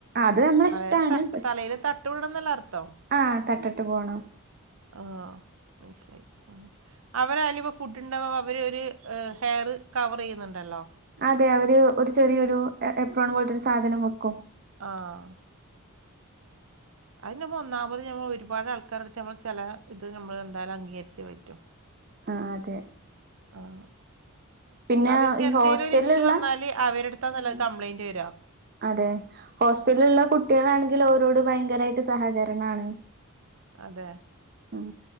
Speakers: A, on the right (about 40°); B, on the right (about 65°).
A: അത് നമ്മള ഇഷ്ടാണ്
B: അതായത് തട്ട് തലേല് തട്ടം ഇടണന്നല്ലേ അർത്ഥം
A: ആ തട്ടട്ട് പോണം
B: ആഹ് മൻസിലായി അഹ് അവരാലും ഇപ്പ ഫുഡ് ഇണ്ടാവുമ്പോ അവര് ഒരു ഏഹ് ഹെയറ് കവറെയ്യുന്നുണ്ടല്ലോ
A: അതെ അവര് ഒരു ചെറിയൊരു എപ്രോൺ പോല്ത്തൊരു സാധനം വെക്കും
B: ആഹ് അഹ് നമ്മൊന്നാമത് നമ്മള് ഒരുപാട് ആൾക്കാരടുത്ത് നമ്മള് ചെല ഇത് നമ്മള് എന്തായാലും അംഗീകരിച്ചേ പറ്റു
A: അ ആഹ് അതെ
B: ആഹ്
A: പിന്നെ
B: അവരിക്ക്
A: ഈ
B: എന്തേലൊരു
A: ഹോസ്റ്റലിലുള്ള
B: ഇഷ്യൂ വന്നാല് അവരെടുത്താന്നല്ലോ
A: ആഹ്
B: അത് കംപ്ലയിന്റ് വെരാ
A: അതെ ഹോസ്റ്റലുള്ള കുട്ടികളാണെങ്കിൽ ഓരോട് ഭയങ്കരായിട്ട് സഹകരണാണ്
B: അതെ
A: ഉം